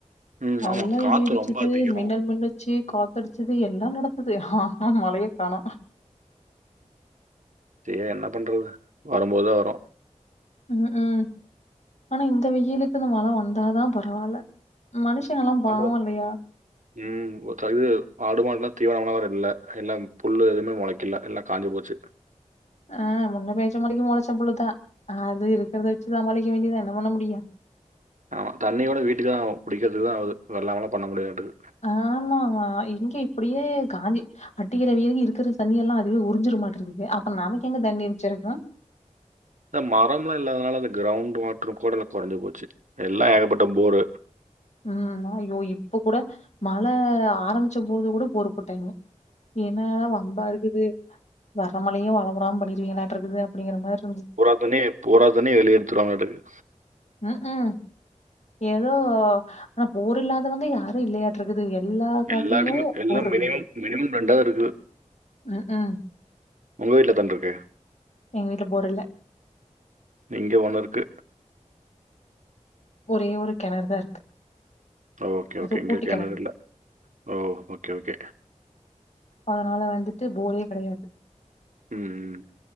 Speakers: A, on the right; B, on the left.
A: ம்
B: நல்லா
A: ஆமாம் காற்று
B: இடி இடிச்சது
A: ரொம்ப அதிகம்
B: மின்னல் மின்னு ச்சி காத்தடிச்சது எல்லா‌ நடந்துது ஆனா மழைய காணோ
A: சேர் என்ன பண்றது வரும்போதா வரு
B: ம் ம் ஆனா இந்த வெயிலுக்கு இந்த மழ வந்தாதா பரவால்ல மனுஷங்கல்லா பாவோ
A: நம்ம
B: இல்லையா
A: ம் ஒரு <unintelligible> ஆடு மாடுல்லா தீவனம்ல்லா வேற இல்ல எல்லா புல்லு எதுவு மொளைக்கல எல்லாம் காஞ்சி போச்சு
B: ஆ முன்ன பேஞ்ச மழைக்கு மொளைச்ச புல்லுதா அது இருக்கறத வச்சு சமாளிக்க வேண்டியதா என்ன பண்ண முடியு
A: அவ தண்ணிய கூட வீட்டுக்கு தா குடிக்கிறதுக்கு தா ஆவுது வெள்ளாமல்லா பண்ண முடியாதுட்டுக்கு
B: ஆமா ஆமா இங்க இப்படியே காஞ்சி அடிக்கிறவெயிலுக்கு இருக்கற தண்ணி எல்லா அதுவே உறிஞ்சிடு மாட்ருக்கு அப்ப நமக்கு எங்க தண்ணி மிச்சருக்கோ
A: இந்த மரம்லா இல்லாததனால இந்த கிரௌண்ட் வாட்டரோ கொடல கொறஞ்சி போச்சு எல்லா ஏகப்பட்ட போரு
B: ம் ஐயோ இப்ப கூட மழ ஆரம்பிச்ச போது கூட போரு போட்டாய்ங்க ஏனா வம்பா இருக்குது வர மழயு வரவுடாம பண்ணிருவீங்களாட்டோ இருக்குது அப்டீங்கிற மாதிரி இருந்
A: பூராத்தண்ணிய பூராத்தண்ணிய வெளிய எடுத்துடு வாங்களாட்டுங்குது
B: உ ஹும் ஏதோ ஆனா போரூ இல்லாதவங்க யாரோ இல்லையாட் இட்ருக்குது எல்லா காட்டுலயு
A: எல்லாத்தையுமே எல்லாம்
B: போர் இருக்குது
A: மினிமம் மினிமம் ரெண்டாவது இருக்குது
B: உம் ஹு
A: உங்க வீட்ல எத்தன்ருக்கு
B: எங்க வீட்ல போரு இல்ல
A: இங்க ஒண்ணு இருக்கு
B: ஒரே ஒரு கெணறு தா இருக்கு
A: ஓகே
B: அது
A: ஓகே இங்க
B: கூட்டு
A: கெணறு இல்ல ஓ ஓக்கே ஓகே
B: ப்ப அதனால வந்துட்டு போரே கெடையாது
A: ம்